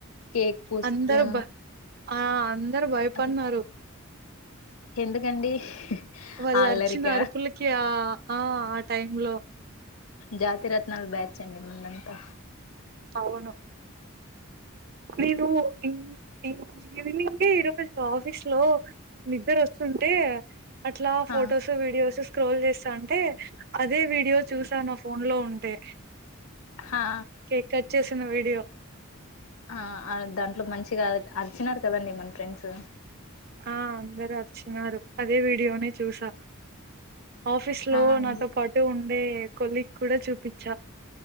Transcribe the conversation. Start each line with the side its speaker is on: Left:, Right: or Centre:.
Left: కేక్ పూసి
Right: అందరూ
Left: ఆ
Right: బ ఆ అం సరే భయపన్నారు
Left: అదే ఎందుకండి
Right: వాళ్ళు
Left: అల్లరిక
Right: అరిచిన అరుపులకి ఆ ఆ ఆ టైమ్ లో
Left: జాతిరత్ నాల్ బ్యాచ్ అండి మన్మంతా
Right: అవును నేను ఈ ఈ రోజ్ ఈవ్నింగ్ యే ఈ రోజు ఆఫీస్ లో నిద్దర వస్తుంటే అట్లా
Left: హా
Right: ఫొటోసు వీడియోసెస్ స్క్రోల్ చేస్తా ఉంటే అదే వీడియో చూసాను ఫోన్ లో ఉంటే
Left: హా
Right: కేక్ కట్ చేసిన వీడియో
Left: ఆ అ దాంట్లో మంచిగా అరిచినారు కదండి మన ఫ్రెండ్స్
Right: ఆ అందరు అర్చినారు అదే వీడియోనే చూసా ఆఫీస్
Left: హా
Right: లో
Left: అండి
Right: నాతో పాటు ఉ దే కొలిక్ కూడా చూపిచ్చా